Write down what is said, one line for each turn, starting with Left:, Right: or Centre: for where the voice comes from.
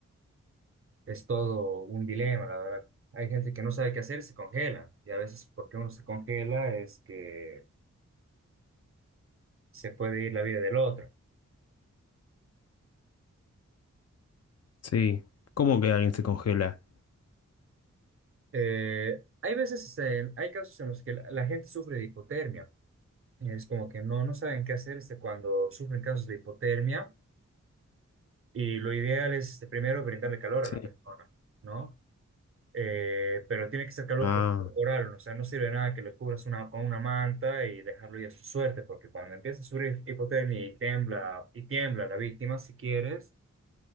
Right: es todo un dilema, la verdad. Hay gente que no sabe qué hacer y se congela. Y a veces porque uno se congela es que se puede ir la vida del otro.
Left: Sí, ¿cómo que alguien se congela?
Right: Eh, hay veces, eh, hay casos en los que la, la gente sufre de hipotermia. Y es como que no, no saben qué hacer este, cuando sufren casos de hipotermia. Y lo ideal es este, primero brindarle calor
Left: Sí.
Right: a la persona, ¿no? eh, pero tiene que ser calor
Left: Ah,
Right: co- corporal, o sea, no sirve nada que le cubras una, con una manta y dejarlo ya a su suerte, porque cuando empieza a sufrir hipotermia y tiembla, y tiembla la víctima, si quieres,